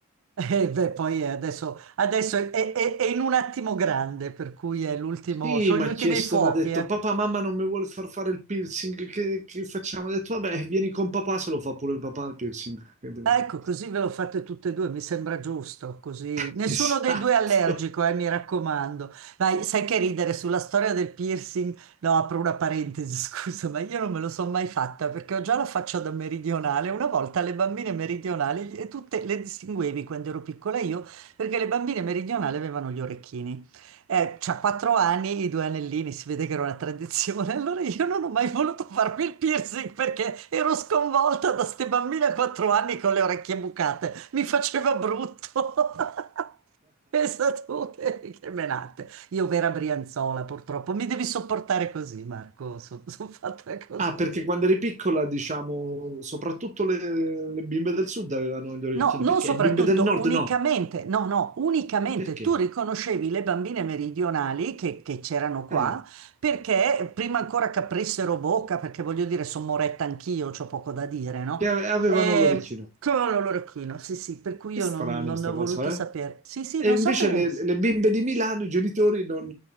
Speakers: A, on the right; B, on the right.
A: E beh, poi eh, adesso, adesso è, è- è in un attimo grande, per cui è l'ultimo,
B: Sì,
A: sono
B: mi
A: gli ultimi
B: ha chiesto,
A: fuochi,
B: mi ha detto,
A: eh.
B: papà, mamma non mi vuole far fare il piercing, che, che facciamo? Ho detto, vabbè, vieni con papà, se lo fa pure papà il piercing, che devo
A: Ecco,
B: fare?
A: così ve lo fate tutte e due, mi sembra giusto, così.
B: <laughs>
A: Nessuno
B: Esatto.
A: dei due è allergico, eh, mi raccomando. Vai, sai che ridere sulla storia del piercing? No, apro una parentesi, <laughs> scusa, ma io non me lo sono mai fatta perché ho già la faccia da meridionale. Una volta le bambine meridionali, e tutte le distinguevi quando ero piccola io, perché le bambine meridionali avevano gli orecchini. Eh, c'ha quattro anni, i due anellini, si vede che era una tradizione. <laughs> Allora io non ho mai voluto farmi il piercing perché ero sconvolta da ste bambine a quattro anni con le orecchie bucate. Mi faceva brutto. <laughs> Pensa tu che, che menate. Io vera Brianzola, purtroppo. Mi devi sopportare così, Marco. So, Sono fatta così.
B: Ah, perché quando eri piccola, diciamo, soprattutto le, le bimbe del sud avevano gli orecchini,
A: No, non
B: perché
A: soprattutto,
B: le bimbe del nord
A: unicamente,
B: no?
A: no, no, unicamente
B: Ma perché?
A: tu riconoscevi le bambine meridionali che, che c'erano qua,
B: Eh,
A: perché prima ancora che aprissero bocca, perché voglio dire, sono moretta anch'io, c'ho poco da dire, no?
B: che ave- avevano
A: Eh,
B: l'orecchino.
A: con l'orecchino, sì, sì, per cui
B: Che
A: io
B: strano
A: non, non
B: sta
A: ne ho
B: cosa,
A: voluto sapere.
B: eh?
A: Sì, sì,
B: E
A: non
B: invece
A: so per...
B: le, le bimbe di Milano, i genitori non,